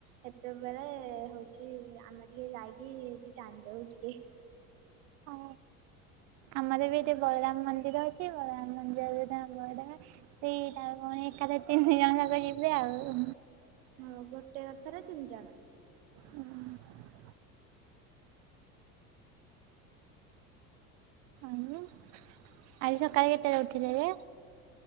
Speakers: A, on the right; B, on the right.
A: ସେତେବେଳେ ହଉଛି ଆମେ ଟିକେ ଯାଇକି ଏଠି ଟାଣିଦଉ ଟିକେ
B: ହ ଆମର ବି ଏଠି ବଳରାମ ମନ୍ଦିର ଅଛି ବଳରାମ ମନ୍ଦିରରେ ବ ସେଇ ତା କଣ ଏକାଦଶୀରେ ତିନିଜଣ ଯାକ ଯିବେ ଆଉ?
A: ହଁ ଗୋଟେ ରଥରେ ତିନି ଜଣ।
B: <inaudible> ଆଉ ଆଜି ସକାଳେ କେତେବେଳେ ଉଠିଲେ ଯେ?